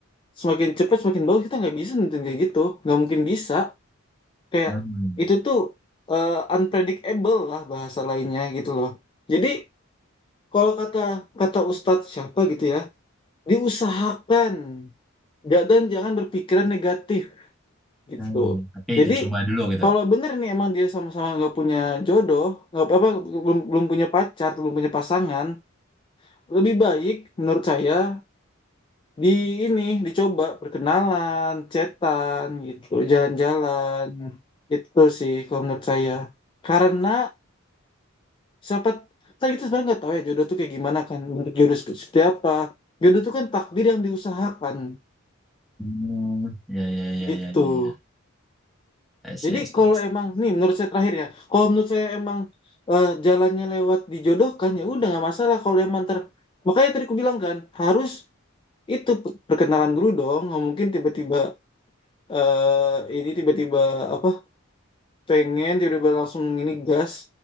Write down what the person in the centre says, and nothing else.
Hmm.
Hmm. Tapi
dicoba dulu gitu.
Hmm. Ya, ya, ya,
ya, ya, ya. I see,
I see.